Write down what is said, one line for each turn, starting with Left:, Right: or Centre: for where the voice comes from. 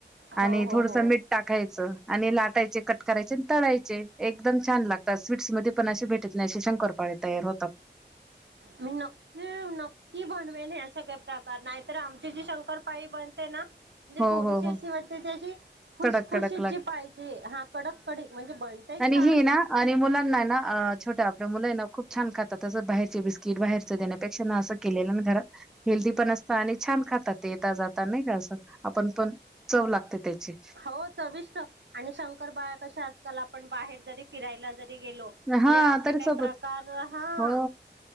Right: हो
Centre: आणि
Right: हो
Centre: थोडस
Right: हो
Centre: मीठ टाकायचं आणि लाटायचे. कट करायचे आणि तळायचे एकदम छान लागतात. स्वीट्स मध्ये पण असे भेटत नाहीे शंकरपाळे तयार होतात.
Right: मी न नक्की नक्की बनवेल या सगळे प्रकार नाहीतर आमची जी शंकरपाळी बनते ना म्हणजे
Centre: हो
Right: थोडीशी
Centre: हो
Right: अशी
Centre: हो
Right: वाटते ते अशी खुसखुशी
Centre: कडक कडक लाग
Right: जी पाहिजे हा कडक कडक म्हणजे बनतय
Centre: आणि
Right: छान.
Centre: हे ना आणि मुलांना ना अ -छोट्या आपल्या मुलं हाय ना खूप छान खातात. असं बाहेरचे बिस्किट बाहेरच देण्या पेक्षा प्रत्यक्ष असं केलेलं घरात हेल्दी पण असतं आणि छान खातात ते येता जाता नाही का असं. आपण पण चव लागते त्याची.
Right: हो चविष्ट आणि शंकरपाळ्या कश्या आजकाल आपण बाहेर जरी फिरायला जरी गेलो
Centre: हां,
Right: तरी असे काय
Centre: सोबत
Right: प्रकार हा.
Centre: हो.